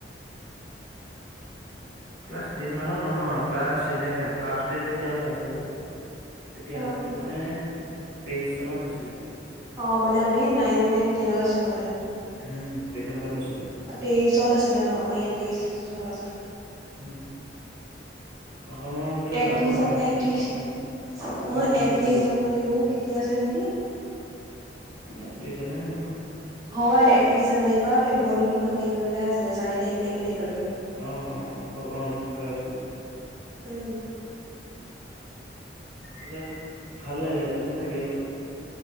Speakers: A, on the right; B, on the right.
A: ক্লাছ টেন মানত নহয়, ক্লাছ ইলেভেন। ফাৰ্ষ্ট ইয়েত যেতিয়া আমি পাইছিলোগে। তেতিয়া
B: অ
A: হৈছিলে, মানে তেইশ চনত হৈছিলে।
B: অ মানে আমি নাইন নে টেনত আছিলো মানে।
A: উম তেনেকুৱাত হৈছিলে।
B: তেইশত আছিলে অ আমাৰ ইয়াত তেইশ আছিলে।
A: উম, অসমৰ ভিতৰত
B: একত্ৰিশ
A: ডাঙৰ
B: জা
A: সাহিত্য
B: একত্ৰিশ,
A: নহয় অসম
B: অ
A: অসম সাহিত্য
B: একত্ৰিশ জানুৱাৰী নে কেতিয়া আছিলে নেকি!
A: একত্ৰিশ জানোৱাৰীত নহয়।
B: হয় একত্ৰিশ জানুৱাৰীৰ পৰা ফেব্ৰুৱাৰী কিমান তাৰিখলৈকে আছিলে চাৰি তাৰিখ নে কেই তাৰিখলৈকে।
A: অ হব অ তেনেকোৱাই আছিলে।
B: উম।
A: তেতিয়া ভাল লাগিলে। তাতে থাকিলো,